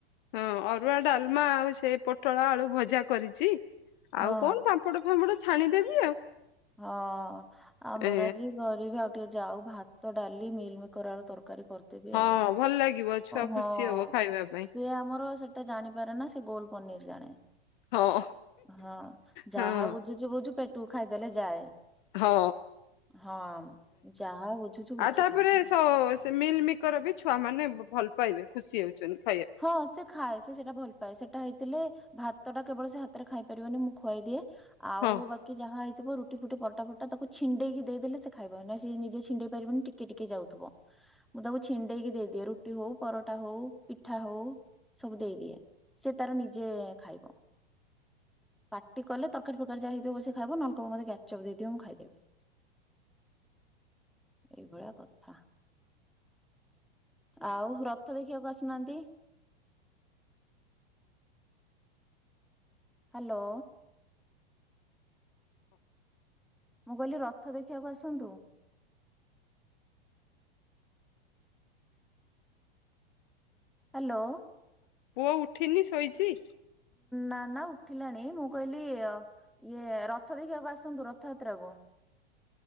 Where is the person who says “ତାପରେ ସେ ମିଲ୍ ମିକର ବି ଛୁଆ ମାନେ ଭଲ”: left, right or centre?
Left